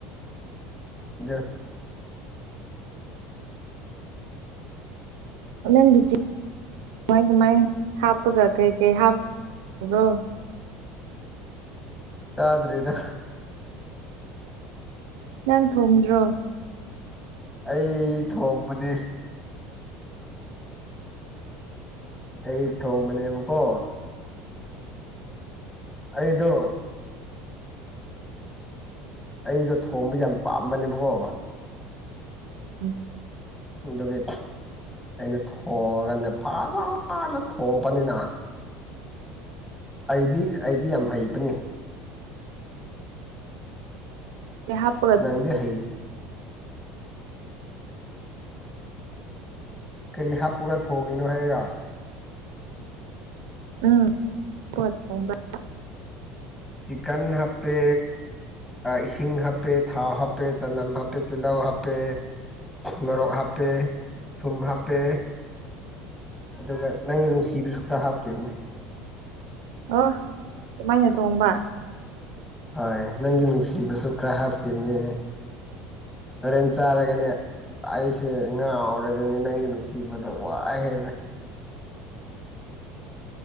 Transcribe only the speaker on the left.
ꯑꯗꯨ
ꯆꯗ꯭ꯔꯔꯤꯗ
ꯑꯩ ꯊꯣꯡꯕꯅꯦ ꯑꯩ ꯊꯣꯡꯕꯅꯦꯕꯀꯣ ꯑꯩꯗꯨ ꯑꯩꯗꯣ ꯊꯣꯡꯕ ꯌꯥꯝ ꯄꯥꯝꯕꯅꯦꯕꯀꯣ
ꯗꯒꯦ ꯑꯩꯅ ꯊꯣꯡꯉꯒꯅꯦ ꯐꯖꯅ ꯊꯣꯡꯉꯛꯄꯅꯤꯅ ꯑꯩꯗꯤ ꯑꯩꯗꯤ ꯌꯥꯝ ꯍꯩꯕꯅꯤ
ꯅꯪꯗꯤ ꯍꯥꯏꯌꯦ ꯀꯔꯤ ꯍꯥꯞꯄꯒ ꯊꯣꯡꯉꯤꯅꯣ ꯍꯥꯏꯔꯣ
ꯆꯤꯀꯟ ꯍꯥꯞꯄꯦ ꯏꯁꯤꯡ ꯍꯥꯞꯄꯦ ꯊꯥꯎ ꯍꯥꯞꯄꯦ ꯆꯅꯝ ꯍꯥꯞꯄꯦ ꯇꯤꯜꯍꯧ ꯍꯥꯞꯄꯦ ꯃꯣꯔꯣꯛ ꯍꯥꯞꯄꯦ ꯊꯨꯝ ꯍꯥꯞꯄꯦ ꯑꯗꯨꯒ ꯅꯪꯒꯤ ꯅꯨꯡꯁꯤꯕꯁꯨ ꯈꯔ ꯍꯥꯞꯈꯤꯕꯅꯦ
ꯍꯣꯏ ꯅꯪꯒꯤ ꯅꯨꯡꯁꯤꯕꯁꯨ ꯈꯔ ꯍꯥꯞꯈꯤꯕꯅꯦ ꯍꯣꯔꯦꯟ ꯆꯥꯔꯒꯅꯦ ꯑꯩꯁꯦ ꯉꯥꯥꯎꯔꯦ ꯑꯗꯨꯅꯦ ꯅꯪꯒꯤ ꯅꯨꯡꯁꯤꯕꯗ ꯋꯥꯏ ꯍꯥꯏꯔ